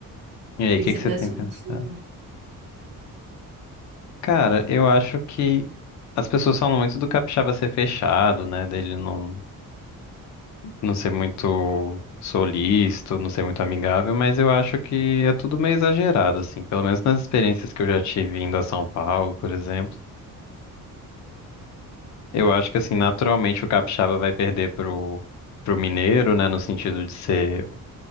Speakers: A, on the left; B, on the right.
A: E aí,
B: Queria
A: o que
B: que você
A: que
B: me
A: você
B: desse
A: tem pensado?
B: uma dica.
A: Cara, eu acho que as pessoas falam muito do capixaba ser fechado, né? Dele não, não ser muito solícito, não ser muito amigável, mas eu acho que é tudo meio exagerado, assim. Pelo menos nas experiências que eu já tive indo a São Paulo, por exemplo. Eu acho que, assim, naturalmente o capixaba vai perder pro, pro mineiro, né? No sentido de ser.